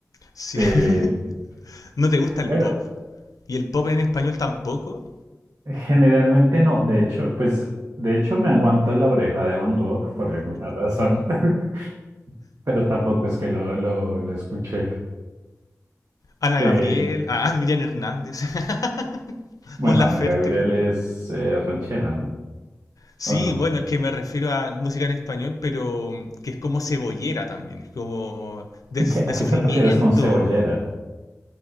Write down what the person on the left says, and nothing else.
sí.
<laughs> ¿No te gusta el
pop? ¿Y el pop en español tampoco?
Ana
Gabriel, ah, Miriam Hernández, <laughs>
Mon Laferte.
Sí,
bueno, es que me refiero a música en español, pero que es como cebollera también, es como de,
de
sufrimiento.